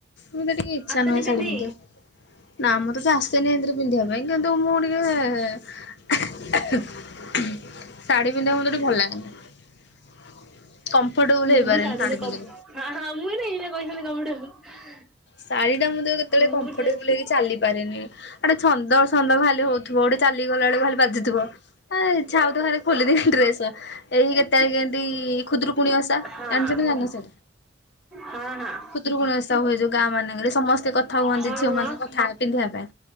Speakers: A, on the left (about 60°); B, in the centre.
A: ମୁ ତ ଟିକେ ଇଚ୍ଛା
B: ଆସନି
A: ନୁହେଁ
B: ପିନ୍ଧି।
A: ଶାଢୀ ପିନ୍ଧିବେ ନା ମୁଁ ତ ଆସେନି ଏଥିରେ ପିନ୍ଧିବା ପାଇଁ କିନ୍ତୁ ମୁଁ ଟିକେ <inaudible> ଶାଢୀ ଟ ଭଲ <inaudible> କଫର୍ଟବୁଲ
B: ମୁଁ
A: ହେଇପାରନି
B: ବି ଶାଢୀରେ
A: ଶାଢୀ
B: କମ୍
A: ପନ୍ଧ
B: ହଁ ହଁ ମୁଁ ଏଇନା <unintelligible>
A: ଶାଢୀଟା ମୁଁ ତ କେତେବେଳେ
B: ମୁଁ
A: କମ୍ଫର୍ଟେବୁଲ
B: ବି ଡ୍ରେସ କରିଥିଲି
A: ହେଇକି ଚାଲି ପାରିନି ଆଡେ ଛନ୍ଦ ଛନ୍ଦ ଖାଲି ହଉଥିବ ଗୋଟେ ଚାଲିଗଲା ବଡେ ଭାଲି ବାଜିଥିବ ଇଚ୍ଛା ହୋଉଥି ଖୋଲିଦି ଡ୍ରେସ ଏଇ କେତେବେଳେ କେଏନ୍ତି ଖୁଦରୁକୁୁଣି ଓସା
B: ହଁ
A: ଜାଣିଛନ୍ତି ଜାନ ସେଇଟା
B: ହଁ ହଁ।
A: ଖୁଦରୁକୁୁଣି ଓସା ଯୋଉ ଗାଁ ମାନଙ୍କରେ ସମସ୍ତେ କଥା ହୁହନ୍ତି
B: ହଁ
A: ଝିଅମାନେ
B: ହଁ।
A: କଥା ପିନ୍ଧିବା ପାଇଁ